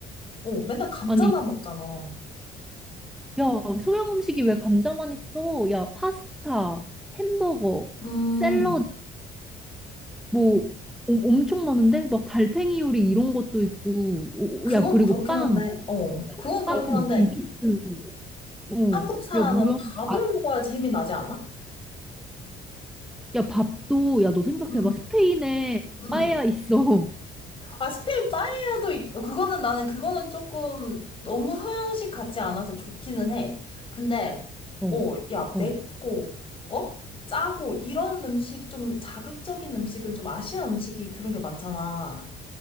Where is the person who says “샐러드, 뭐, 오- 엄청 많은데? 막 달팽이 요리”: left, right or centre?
Centre